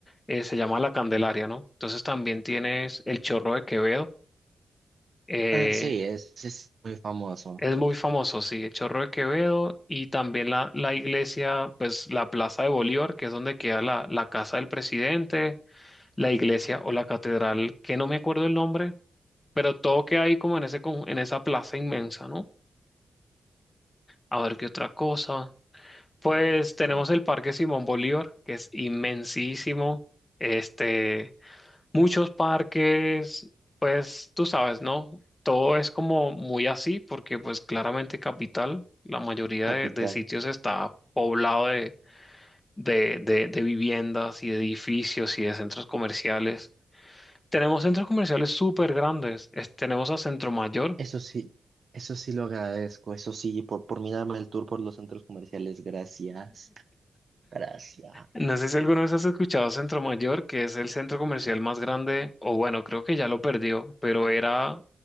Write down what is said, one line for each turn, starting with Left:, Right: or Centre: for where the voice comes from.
Left: eh, se llama La Candelaria, ¿no? Entonces también tienes el Chorro de Quevedo, eh,
Right: Ah, sí, es es muy famoso.
Left: es muy famoso, sí, el Chorro de Quevedo y también la, la iglesia, pues la Plaza de Bolívar, que es donde queda la, la casa del presidente, la iglesia o la catedral, que no me acuerdo el nombre, pero todo queda ahí como en ese, con- en esa plaza inmensa, ¿no? A ver qué otra cosa. Pues tenemos
Right: mm,
Left: el Parque Simón Bolívar, que es inmensísimo. Este, muchos parques, pues tú sabes, ¿no? Todo es como muy así, porque pues claramente capital, la mayoría de,
Right: Capital.
Left: de sitios está poblado de, de, de, de viviendas y de edificios y de centros comerciales. Tenemos centros comerciales súper grandes. Es- tenemos a Centro Mayor.
Right: Eso sí, eso sí lo agradezco. Eso sí, por, por mí darme el tour por los centros comerciales. Gracias. Gracias.
Left: No sé si alguna vez has escuchado Centro Mayor, que es el centro comercial más grande, o bueno, creo que ya lo perdió, pero era,